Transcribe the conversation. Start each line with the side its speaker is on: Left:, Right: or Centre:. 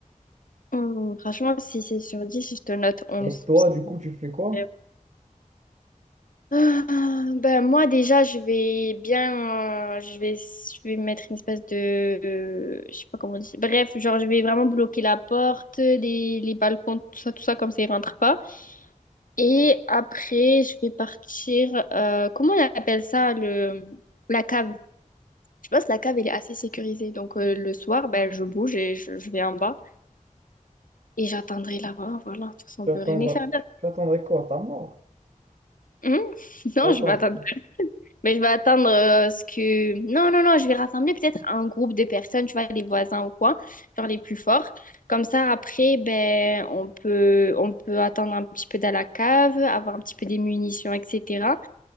Left: Hum, franchement, si c'est sur dix je te note onze
Right: Et toi, du coup, tu fais quoi?
Left: C'est- Ah, ben moi déjà je vais bien euh, je vais je vais mettre une espèce de euh, je sais pas comment dire bref genre je vais vraiment bloquer la porte les, les balcons tout ça tout ça comme ça ils rentrent pas et après je vais partir euh, comment on appelle ça le la cave je pense que la cave elle est assez sécurisée donc euh, le soir ben je bouge et je, je vais en bas et j'attendrai là-bas voilà de toute façon
Right: Tu
Left: on peut
Right: attendras,
Left: rien y faire
Right: tu attendrais quoi? Ta mort?
Left: Hum <laughs> non
Right: Tu vas
Left: je
Right: attendre.
Left: m'attends Mais je vais attendre euh, ce que... Non, non, non, je vais rassembler peut-être un groupe de personnes, tu vois, les voisins ou quoi, genre les plus forts. Comme ça, après, ben, on peut, on peut attendre un petit peu dans la cave, avoir un petit peu des munitions, etc.